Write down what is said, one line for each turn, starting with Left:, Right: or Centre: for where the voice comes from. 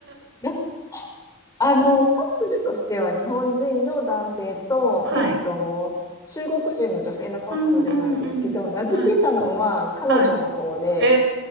Left: なあの、カップルとしては日本人の男性と、
Right: はい。
Left: えっと、中国人の女性のカップルなんですけど、
Right: うんうんうん。
Left: 名付けたのは彼女の方で、
Right: はい。はい。へ